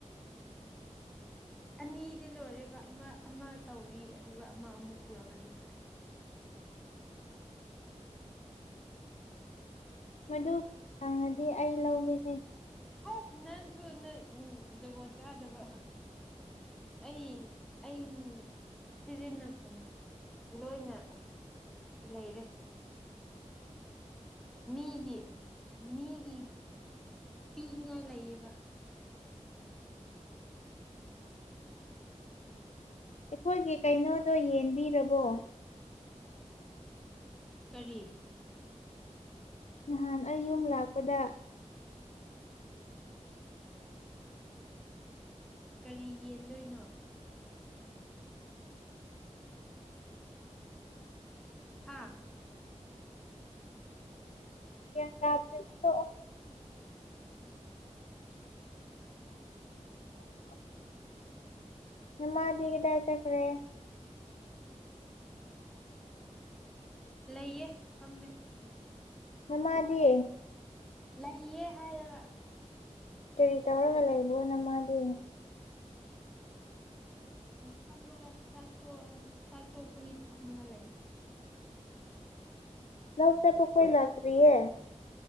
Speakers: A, in the centre; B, on the left (about 65°).
A: <unintelligible> ꯑꯅꯤꯗꯤ ꯂꯣꯏꯔꯦꯕ ꯑꯃ ꯑꯃ ꯇꯧꯔꯤ ꯑꯗꯨꯒ ꯑꯃ ꯑꯃꯨꯛ ꯄꯨꯔꯛꯀꯅꯤ ꯍꯥꯏ
B: ꯃꯗꯨ ꯐꯪꯉꯗꯤ ꯑꯩ ꯂꯧꯈꯤꯅꯤ
A: ꯍ ꯅꯪꯁꯨ ꯖꯒꯣꯠ ꯆꯥꯗꯕ ꯑꯩ ꯑꯩ ꯁꯤꯖꯤꯟꯅꯐꯝ ꯂꯣꯏꯅ ꯂꯩꯔꯦ ꯃꯤꯒꯤ ꯃꯤꯒꯤ ꯄꯤꯅꯤꯡꯉꯥꯏ ꯂꯩꯌꯦꯕ
B: ꯑꯩꯈꯣꯏꯒꯤ ꯀꯩꯅꯣꯗꯣ ꯌꯦꯟꯕꯤꯔꯕꯣ
A: ꯀꯔꯤ
B: ꯅꯍꯥꯟ ꯑꯩ ꯌꯨꯝ ꯂꯥꯛꯄꯗ
A: ꯀꯔꯤ ꯌꯦꯟꯗꯣꯏꯅꯣ ꯍꯥꯥ
B: ꯒꯌ꯭ꯥꯟ ꯇꯥ ꯗꯔ ꯗꯤ ꯇꯣꯛ ꯑꯣ ꯑꯣ <unintelligible> ꯅꯥ ꯃꯥ ꯗꯤ ꯀꯗꯥꯏ ꯆꯈ꯭ꯔꯦ
A: ꯂꯩꯌꯦ ꯐꯝꯃꯦ
B: ꯅꯥꯃꯗꯤ
A: ꯂꯩ ꯑꯦ ꯍꯥꯏꯔꯒꯥ
B: ꯀꯔꯤ ꯇꯧꯔꯒ ꯂꯩꯕꯣꯅ ꯃꯥꯗꯤ
A: ꯐꯝꯃꯒ ꯆꯥꯛ ꯆꯥꯛ ꯇꯣꯛꯄꯒꯤ ꯐꯝꯃꯒ ꯂꯩ
B: ꯂꯧ ꯆꯄ ꯀꯣꯏ ꯂꯥꯛꯇ꯭ꯔꯤꯌꯦ